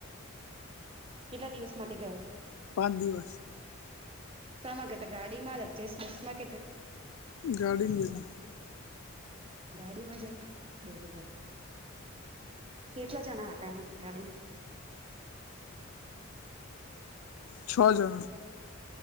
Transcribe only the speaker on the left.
પાંચ દિવસ
ગાડીમા ગેલા
છ જણા